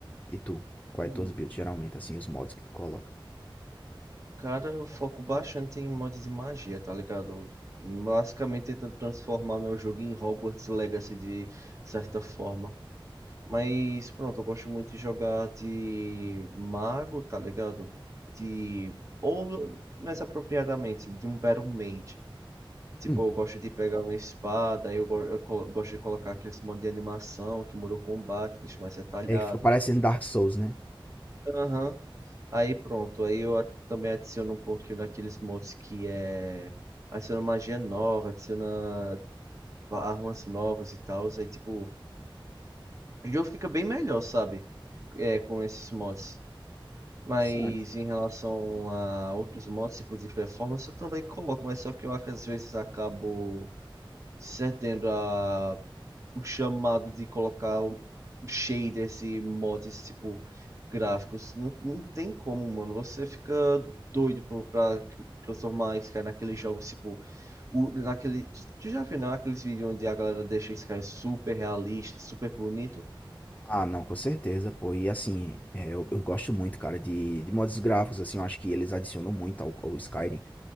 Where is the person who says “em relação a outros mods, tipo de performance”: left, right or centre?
Right